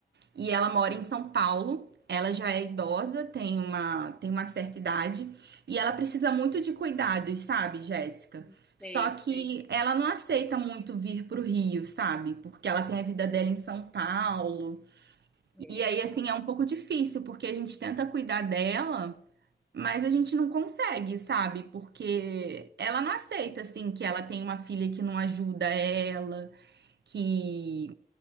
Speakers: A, on the right (about 75°); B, in the centre.
A: e ela mora em São Paulo. Ela já é idosa, tem uma, tem uma certa idade e ela precisa muito de cuidados, sabe, Jéssica?
B: <laughs> Sei,
A: Só que
B: sei.
A: ela não aceita muito vir pro Rio, sabe? Porque ela tem a vida dela em São Paulo.
B: É,
A: E aí, assim, é um pouco difícil, porque a gente tenta cuidar dela, mas a gente não consegue, sabe? Porque
B: Sim.
A: ela não aceita, assim, que ela tem uma filha que não ajuda ela que,